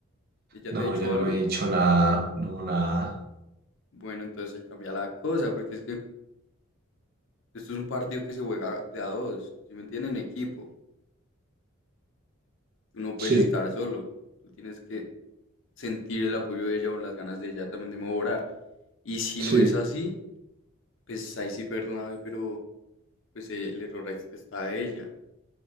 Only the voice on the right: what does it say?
no,
ya no
me he dicho nada, no, nada.
Sí,
sí.